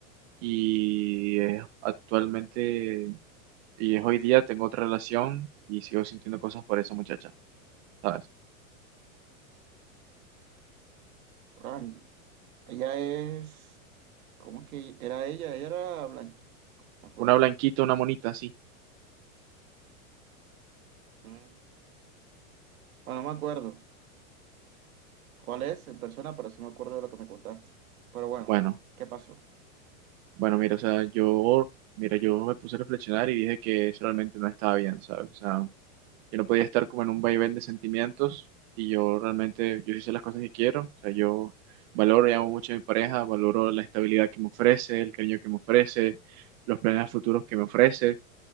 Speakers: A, on the right; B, on the right.
A: y eh, actualmente, y es hoy día, tengo otra relación y sigo sintiendo cosas por esa muchacha, ¿sabes?
B: favor, Angie. Ella es, ¿cómo es que era ella? Ella era blanquita, me acuerdo.
A: Una blanquita, una monita, sí.
B: Mm. Bueno, no me acuerdo cuál es en persona, pero sí me acuerdo de lo que me contaste. Pero bueno,
A: Bueno.
B: ¿qué pasó?
A: Bueno, mira, o sea, yo, mira, yo me puse a reflexionar y dije que eso realmente no estaba bien, ¿sabes? O sea, yo no podía estar como en un vaivén de sentimientos y yo realmente, yo hice las cosas que quiero, o sea, yo valoro y amo mucho a mi pareja, valoro la estabilidad que me ofrece, el cariño que me ofrece, los planes futuros que me ofrece